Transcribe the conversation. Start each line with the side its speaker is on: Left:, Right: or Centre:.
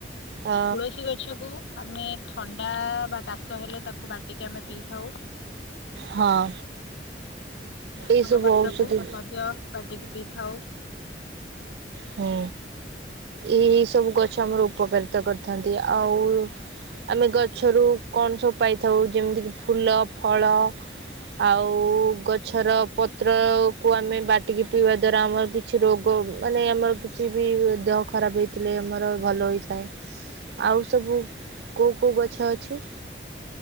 Right: ଅ
Left: ତୁଳସୀ ଗଛକୁ ଆମେ ଥଣ୍ଡା ବା କାଶ ହେଲେ ତାକୁ ବାଟିକି ଆମେ ପିଇଥାଉ।
Right: ହଁ
Left: ନାସଙ୍କ
Right: ଏଇସବୁ
Left: ପତ୍ର
Right: ଔଷଧି
Left: କୁ ମଧ୍ୟ ବାଟିକି ପିଇଥାଉ।
Right: ହୁଁ ଏ ସବୁ ଗଛ ଆମର ଉପକାରିତା କରିଥାନ୍ତି ଆଉ ଆମେ ଗଛରୁ କଣ ସବୁ ପାଇଥାଉ ଯେମିତିକି ଫୁଲ ଫଳ। ଆଉ ଗଛର ପତ୍ରକୁ ଆମେ ବାଟିକି ପିଇବା ଦ୍ଵାରା ଆମର କିଛି ରୋଗ। ମାନେ ଆମର କିଛି ବି ଦେହ ଖରାପ ହେଇଥିଲେ ଆମର ଭଲ ହୋଇଥାଏ। ଆଉ ସବୁ କୋଉ କୋଉ ଗଛ ଅଛି।